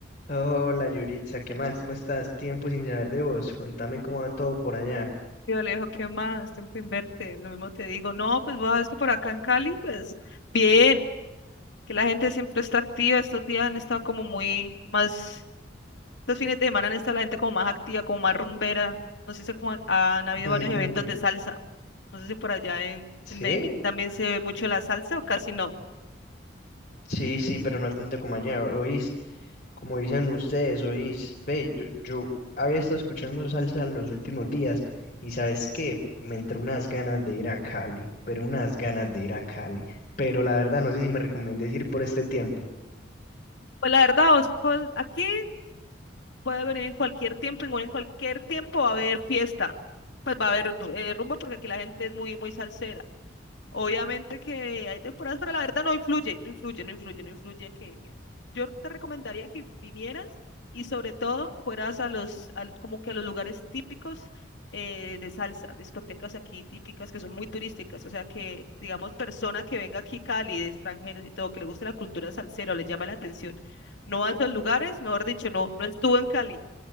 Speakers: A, on the left (about 40°); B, on the left (about 70°).
A: Hola Yuritza, ¿qué más? ¿Cómo estás? Tiempo sin saber de vos. Contame cómo va todo por allá.
B: Yo le digo, ¿qué más? Tiempo inverte. Lo mismo te digo. No, pues vos sabes que por acá en Cali, pues bien, que la gente siempre está activa. Estos días han estado como muy más, estos fines de semana han estado la gente como más activa, como más rumbera. No sé si como han habido
A: <laughs>
B: varios eventos de salsa. No sé si por allá en,
A: Sí,
B: en Medellín también se ve mucho la salsa o casi no.
A: sí, sí, pero no tanto como allá. Oís, como dicen ustedes, oís. Ve, yo, yo había estado escuchando salsa los últimos días y ¿sabes qué? Me entró unas ganas de ir a Cali, pero unas ganas de ir a Cali. Pero la verdad, no sé si me recomendé ir por este tiempo.
B: Pues la verdad, vos, pues aquí puede venir en cualquier tiempo, igual en cualquier tiempo va a haber fiesta. Pues va a haber eh, rumba porque aquí la gente es muy, muy salsera. Obviamente que hay temporadas, pero la verdad no influye, no influye, no influye, no influye que, que- yo te recomendaría que vinieras y sobre todo fueras a los, al- como que a los lugares típicos eh, de salsa, discotecas aquí típicas que son muy turísticas, o sea que, digamos, persona que venga aquí Cali, de extranjeros y todo, que le guste la cultura salsera o le llama la atención, no a esos lugares, mejor dicho, no, no estuvo en Cali.